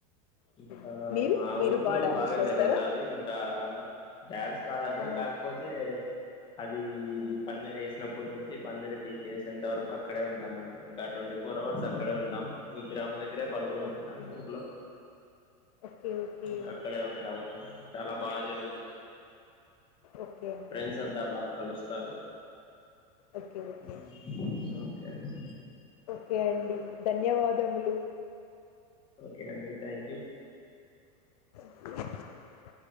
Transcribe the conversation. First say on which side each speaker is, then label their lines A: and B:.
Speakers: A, on the left; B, on the left.
A: ఓకే.
B: ఇంకా
A: మీరు?
B: మా
A: మీరు
B: ఊర్లో
A: బా డాన్స్
B: బాగా
A: చేస్తారా?
B: జరుగుతది ఇంకా డ్యాన్స్ కాదండి
A: ఆ!
B: కాకపోతే అది
A: ఆ!
B: పందర వేసినప్పుడు ఇప్పుడు నుంచి పందిరి పీకేసి ఎంత వరకు అక్కడే ఉంటాం అండి ఇంకా ట్వంటీ ఫోర్ అవర్స్ అక్కడే ఉంటాం విగ్రామ ధాగరే పడుకుంటుంటాం
A: ఓకే.
B: ఊర్లో
A: ఓకే. ఓకే.
B: ఇంకా అక్కడే ఉంటాము అండీ చాలా బాగా జరుగుతుందిం
A: ఓకే అండి
B: ఫ్రెండ్స్ అంతా బాగా కలుస్తారు
A: ఓకే ఓకే
B: ఉమ్ ఆ ఓకే అండి
A: ఓకే అండి ధన్యవాదములు
B: ఓకే అండి థ్యాంక్ యు
A: <inaudible>